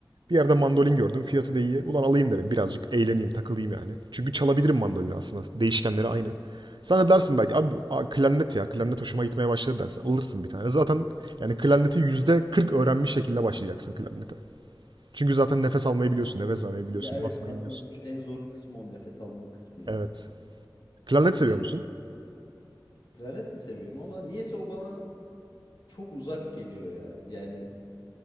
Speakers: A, on the right; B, on the left.
A: Bir yerde mandolin gördüm, fiyatı da iyi. Ulan alayım derim, birazcık eğleneyim, takılayım yani. Çünkü çalabilirim mandolini aslında. Değişkenleri
B: Aynen.
A: aynı. Sen de dersin belki abi a, klarnet ya, klarnet hoşuma gitmeye başladı dersin. Alırsın bir tane. Zaten yani klarneti %40 öğrenmiş şekilde başlayacaksın klarnete. Çünkü zaten nefes almayı biliyorsun, nefes vermeyi
B: Ya
A: biliyorsun,
B: evet
A: basmayı
B: aslında
A: biliyorsun.
B: c- en zor kısmı o nefes alma kısmı ya.
A: Evet. Klarnet seviyor
B: <laughs>
A: musun?
B: Planet de seviyorum ama niyeyse o bana çok uzak geliyor ya. Yani